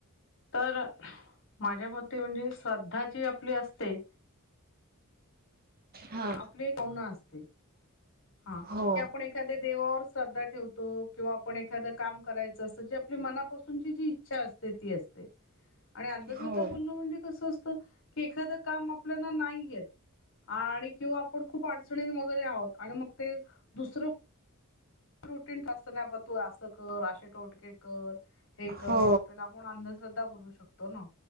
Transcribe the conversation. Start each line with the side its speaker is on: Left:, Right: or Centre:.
Left: तर माझ्या मते म्हणजे श्रद्धा जी आपली असते.
Right: हा
Left: ते गाऊन असते हा
Right: हो.
Left: की आपण एक एखादे देवावर श्रद्धा ठेवतो किंवा आपण एखादं काम करायचं असं जी आपली मनापासूनची जी इच्छा असते. असते आणि अंधश्रद्धा
Right: हो.
Left: बोलणं म्हणजे कस असतं की एखादं काम आपल्याला नाही येत. आणि किंवा आपण खूप अडचणी वगैरे आहोत आणि मग ते दुसरं रुटीन असत ना तू असं कर अशे टोटके कर हे कर
Right: हो
Left: त्याला म्हणून अंधश्रद्धा बोलू शकतो ना